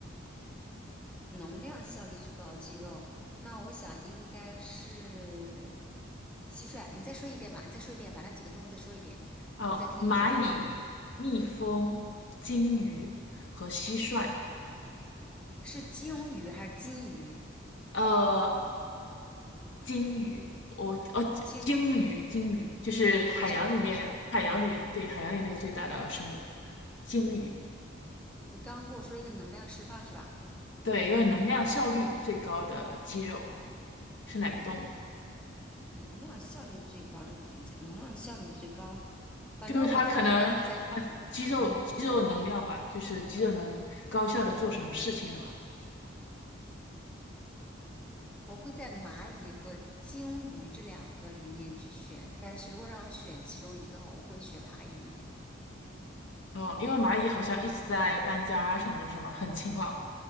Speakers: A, in the centre; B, on the left.
A: 能量效率最高的肌肉，那我想应该是蟋蟀。你再说一遍吧，你再说一遍，把那几个动物再说一遍，
B: 哦，
A: 我再听一下，
B: 蚂蚁、蜜蜂、金鱼和蟋蟀。
A: 是鲸鱼还是金鱼？
B: 呃，鲸鱼，我哦，
A: 鲸
B: 鲸鱼，鲸鱼就是海洋里面，
A: 鲸鱼是吧？
B: 海洋里，对，海洋里那个最大的生物，鲸鱼，
A: 你刚刚跟我说一个能量释放是吧？
B: 对，因为能量效率最高的肌肉是哪个动物？
A: 能量效率最高，这个怎么讲？能量效率最高，反正我答案应该会在，
B: 就是它可能呃肌肉肌肉能量吧，
A: 嗯，你说，
B: 就是肌肉能高效的做什么事情的吧。
A: 我会在蚂蚁和鲸鱼这两个里面去选，但是如果让我选其中一个哈，我会选蚂蚁，
B: 哦，因为蚂蚁好像一直在搬家什么的，是吗？很勤劳，